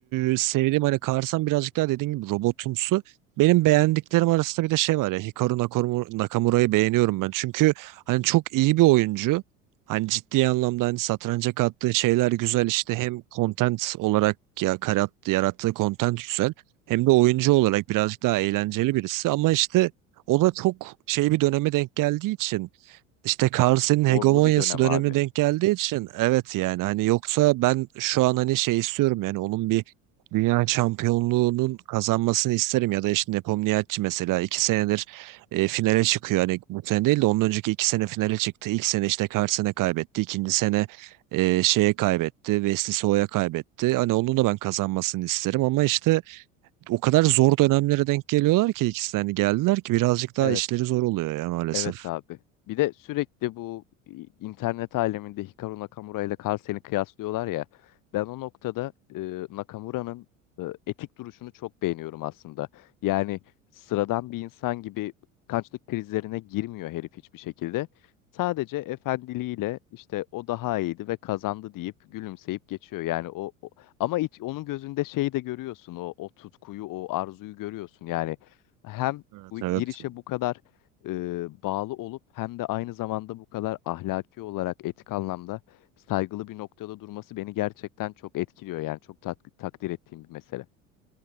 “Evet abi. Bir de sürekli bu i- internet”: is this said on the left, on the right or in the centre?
Left